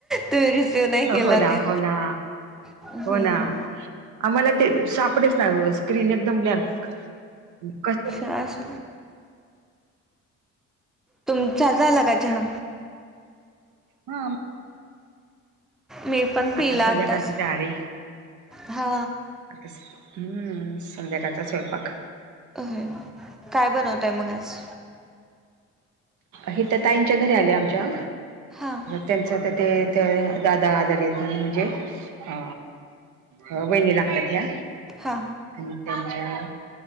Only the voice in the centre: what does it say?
तुम्ही रिसिव नाही केला
ते
हम्म
आज तुमचा झाला का चाहा?
मी पण पिला
आताच
हा
होय काय बनवतय मग आज?
हां हां
हा.